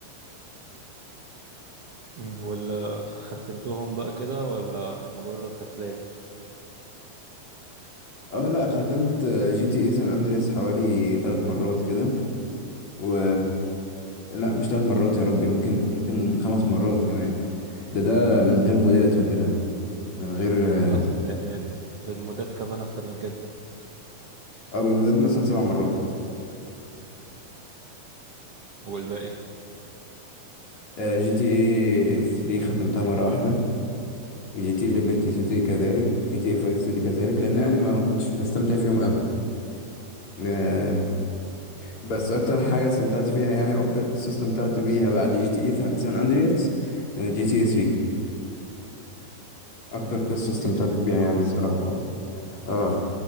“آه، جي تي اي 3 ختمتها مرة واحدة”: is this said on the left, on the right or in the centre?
Left